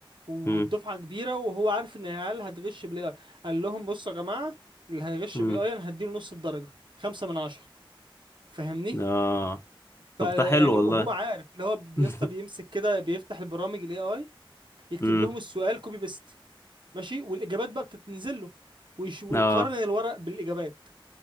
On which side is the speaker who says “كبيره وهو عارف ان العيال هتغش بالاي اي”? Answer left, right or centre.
Right